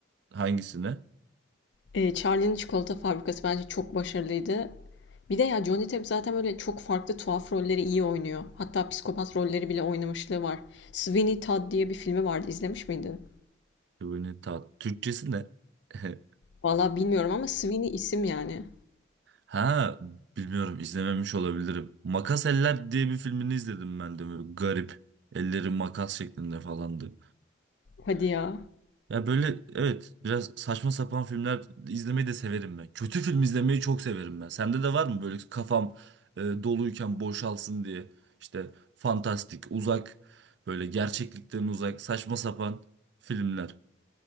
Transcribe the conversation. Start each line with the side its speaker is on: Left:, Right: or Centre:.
Right: hangisine?
Left: Eee Charlie'nin Çikolata Fabrikası bence çok başarılıydı. Bir de ya Johnny Depp zaten böyle çok farklı tuhaf rolleri iyi oynuyor. Hatta psikopat rolleri bile oynamışlığı var. Sweeney Todd diye bir filmi vardı. İzlemiş miydin?
Right: Kıvırcık Tat. Türkçesi ne? <laughs>
Left: Valla bilmiyorum ama Sweeney isim yani.
Right: Ha bilmiyorum izlememiş olabilirim. Makas Eller diye bir filmini izledim ben de. Böyle Garip. Elleri makas şeklinde falandı.
Left: Hadi ya.
Right: Ya böyle evet biraz saçma sapan filmler izlemeyi de severim ben. Kötü film izlemeyi çok severim ben. Sende de var mı böyle kafam e, doluyken boşalsın diye işte fantastik, uzak böyle gerçeklikten uzak saçma sapan filmler.